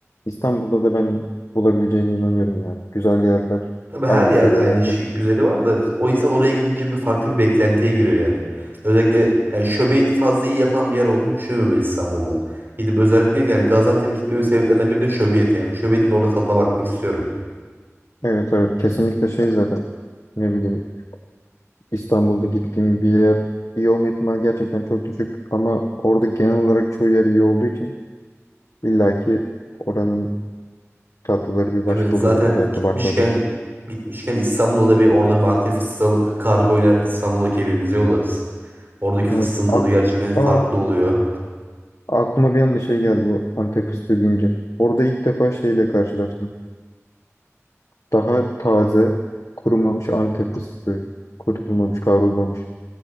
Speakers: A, on the left (about 80°); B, on the right (about 45°).
A: İstanbul'da da ben bulabileceğine inanıyorum ya. Güzel yerler
B: Tabii her
A: aynı
B: yerde
A: seviyede
B: aynı
A: yaklaşık.
B: şey güzeli var da o insan oraya gidince bir farklı bir beklentiye giriyor yani. Özellikle yani şöbiyeti fazla iyi yapan bir yer olduğunu düşünmüyorum ben İstanbul'da. Gidip özellikle yani Gaziantep'e gitmemin sebeplerinden biri de şöbiyet yani. Şöbiyetin orada tadına bakmak istiyorum.
A: Evet evet kesinlikle şey zaten ne bileyim İstanbul'da gittiğim bir yer iyi olma ihtimali gerçekten çok düşük ama orada genel olarak çoğu yer iyi olduğu için illaki oranın tatlıları bir
B: Evet
A: başka
B: zaten
A: oluyor özellikle
B: gitmişken
A: baklava.
B: gitmişken İstanbul'da da bir oradan bir Antep fıstığı alıp kargoyla İstanbul'daki evimize yollarız. Oradaki fıstığın
A: Evet
B: tadı
A: ak-
B: gerçekten farklı
A: Aa,
B: oluyor.
A: Aklıma bir anda şey geldi bu Antep fıstığı deyince. Orada ilk defa şeyle karşılaştım. Daha taze, kurumamış Antep fıstığı. Kurutulmamış, kavrulmamış.